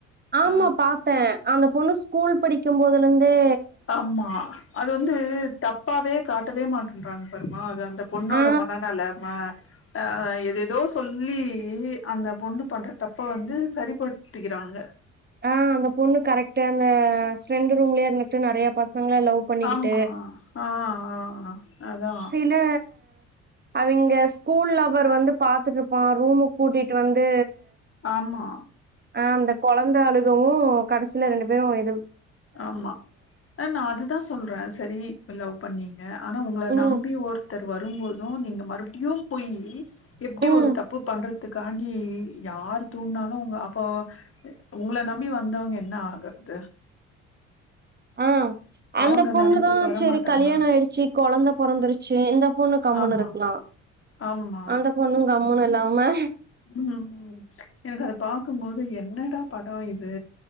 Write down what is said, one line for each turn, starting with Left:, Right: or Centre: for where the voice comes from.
Right: ஆமா
Left: ஆ
Right: பாத்தே அந்த பொண்ணு ஸ்கூல் படிக்கும் போதுலந்தே
Left: ஆமா அது வந்து தப்பாவே காட்டவே மாட்டேன்றாங்க பாரும்மா அது அந்த பொண்ணோட
Right: ஆ
Left: மனநெலம ஆ எதேதோ சொல்லி அந்த பொண்ணு பண்ற தப்ப வந்து சரிபடுத்திக்கிறாங்க
Right: ஆ அந்த பொண்ணு கரெக்ட் அந்த ஃப்ரெண்ட் ரூம்லயே இருந்துட்டு நெறையா பசங்கள லவ் பண்ணிக்கிட்டு
Left: ஆமா ஆ ஆ ஆ அதா
Right: இந்த அவிங்க ஸ்கூல்ல லவ்வர் வந்து பாத்துட்டு இருப்பா ரூமுக்கு கூட்டிட்டு வந்து
Left: ஆமா
Right: ஆ அந்த கொழந்த அழுகவு கடைசில ரெண்டு பேரு எது
Left: ஆமா நா அதுதா சொல்றே செரி லவ் பண்ணி க ஆனா உங்கள
Right: ம்
Left: நம்பி ஒருத்தர் வருபோது நீங்க மறுபடியு போயி எப்டி
Right: ம்
Left: ஒரு தப்பு பண்றதுக்காண்டி யார் தூண்ட்னாலு அப்ப உங்கள நம்பி வந்தவங்க என்ன ஆகறது
Right: ஆ அந்த
Left: அவங்க
Right: பொண்ணுதா
Left: நெனைப்புக்கு வரமாட்டாங்களா
Right: செரி கல்யாண ஆயிடுச்சி கொழந்த பொறந்துருச்சி இந்த பொண்ணு கம்மணு
Left: ஆமா
Right: இருக்கலா
Left: ஆமா
Right: அந்த பொண்ணு கம்முன்னு இல்லாம
Left: ம் எனக்கு அத பாக்கம்போது என்னடா படோ இது